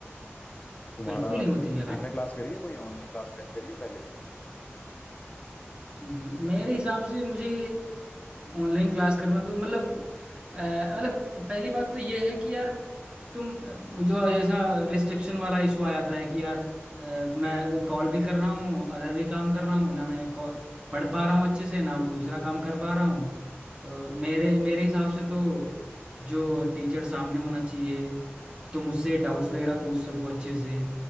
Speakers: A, on the left (about 35°); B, on the right (about 20°).
A: तुम्हारा
B: बिल्कुल नहीं होती यार
A: तुमने क्लास करी है कोई ऑनलाइन क्लास अटेंड करी है पहले कभी
B: हम्म, मेरे हिसाब से मुझे ऑनलाइन क्लास करना तो मतलब अ, मतलब पहली बात तो ये है कि यार तुम अ, वो जो जैसा रिस्ट्रिक्शन वाला इशू आ जाता है कि यार अ, मैं कॉल भी कर रहा हूँ अदर भी काम कर रहा हूँ ना मैं call- पढ़ पा रहा हूँ अच्छे से ना वो दूसरा काम कर पा रहा हूँ अ, मेरे मेरे हिसाब से तो जो टीचर सामने होना चाहिए तुम उससे डाउट्स वगैरह पूछ सको अच्छे से